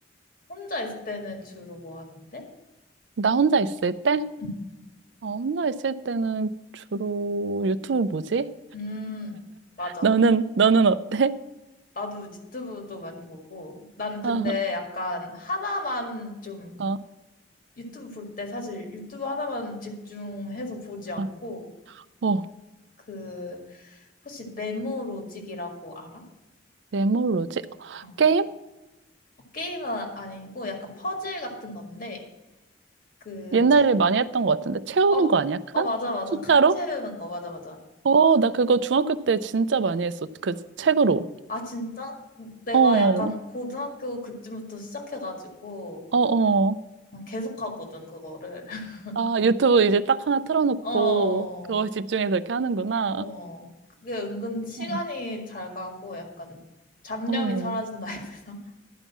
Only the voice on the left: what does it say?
혼자 있을 때는 주로 뭐 하는데?
응,
음, 맞아.
나도 유튜브도 많이 보고. 난 근데
약간 하나만 좀
유튜브 볼 때 사실 유튜브 하나만 집중해서 보지 않고
그 혹시 네모로직이라고 알아?
어.
어, 게임은 아니고 약간 퍼즐 같은 건데 그
채-
어,
어 맞아 맞아
칸 채우는 거 맞아 맞아
아 진짜? 음, 내가
약간 고등학교 그쯤부터 시작해가지고
계속 하거든 그거를 <laughs>
어,
어 그게 은근 시간이
잘 가고 약간 잡념이
사라진다 해야 되나? <laughs>